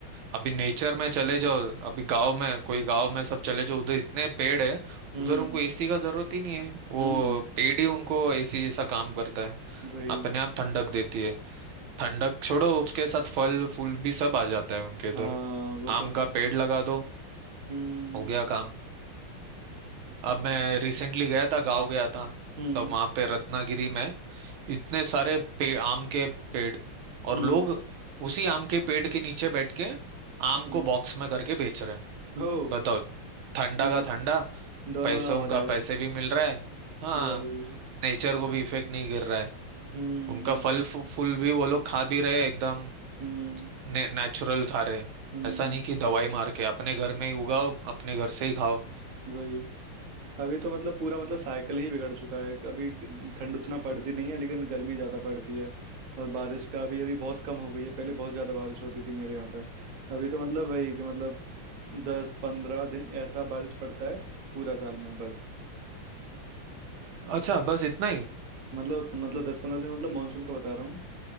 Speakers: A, on the right; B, on the right.
A: अभी नेचर में चले जाओ अभी गांव में कोई गांव में सब चले जाओ उधर इतने पेड़ है
B: हम्म
A: उधर उनको एसी का जरूरत ही नहीं है वो
B: हम्म
A: पेड़ ही उनको एसी जैसा काम करता है
B: वही
A: अपने आप ठंडक देती है ठंडक छोड़ो उसके साथ फल फूल भी सब आ जाता है उनके
B: हाँ
A: इधर
B: वो तो
A: आम का
B: है
A: पेड़ लगा दो
B: हम्म
A: हो गया काम अब मैं रिसेंटली गया था गांव गया था
B: हम्म
A: तब वहां पे रत्नागिरी में इतने सारे पे, आम के पेड़ और
B: हम्म
A: लोग उसी आम के पेड़ के नीचे बैठ के आम
B: हम्म।
A: को बॉक्स में करके बेच रहे हैं
B: ओ
A: बताओ ठंडा
B: मतलब
A: का ठंडा
B: दोनों
A: पैसों
B: काम हो
A: का
B: रहा है
A: पैसे भी मिल रहा है हाँ
B: वही
A: नेचर को भी इफेक्ट नहीं गिर रहा है
B: हम्म
A: उनका फल फू- फूल भी वो लोग खा भी रहे हैं, एकदम
B: हम्म
A: ने, नेचुरल खा रहे हैं
B: हम्म
A: ऐसा नहीं कि दवाई मार के अपने घर में ही उगाओ अपने घर से ही खाओ
B: वही अभी तो मतलब पूरा मतलब साइकिल ही बिगड़ चुका है अभी ग- ठंड उतना पड़ती नहीं है लेकिन गर्मी ज्यादा पड़ती है और बारिश का भी अभी बहुत कम हो गई है पहले बहुत ज्यादा बारिश होती थी मेरे यहाँ पे अभी तो मतलब वही कि मतलब दस पंद्रह दिन ऐसा बारिश पड़ता है पूरा साल में बस
A: अच्छा बस इतना ही
B: मतलब मतलब दस पंद्रह दिन मतलब मानसून का बता रहा हूँ